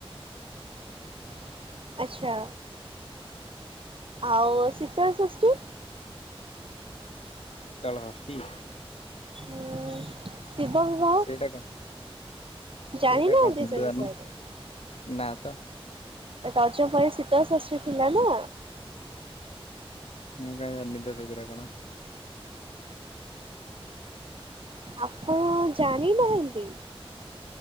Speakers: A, on the right; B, on the left.
A: <inaudible> ଆଛା ଆଉ ଶୀତଳ ଷଷ୍ଠୀ?
B: ଶୀତଳ ଷଷ୍ଠୀ?
A: ଉଁ ଶିବ ବିିବାହ?
B: ସେଇଟା କଣ
A: ଜାଣି
B: ସେଇଟା
A: ନାନ୍ତି
B: କଣ ମୁଁ
A: ସେ
B: ତ
A: ବିଷୟ
B: ଜାଣିନି
A: ରେ?
B: ନା ତ
A: ରଜ ପରେ ଶୀତଳ ଷଷ୍ଠୀ ଥିଲା ନା।
B: ମୁଁ କାଇ ଜନ ତ ସେଇ ପରା କଣ।
A: ଆପଣ ଜାଣିନାହାନ୍ତି?